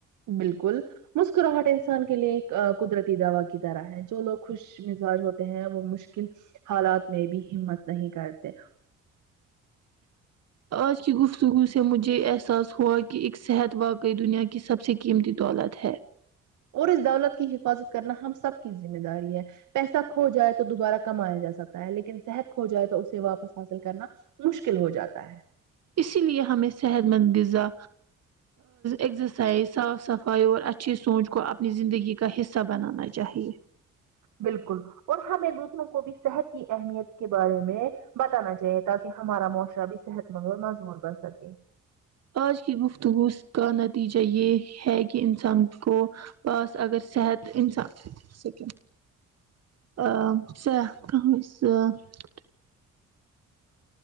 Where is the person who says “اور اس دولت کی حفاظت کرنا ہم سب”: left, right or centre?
Right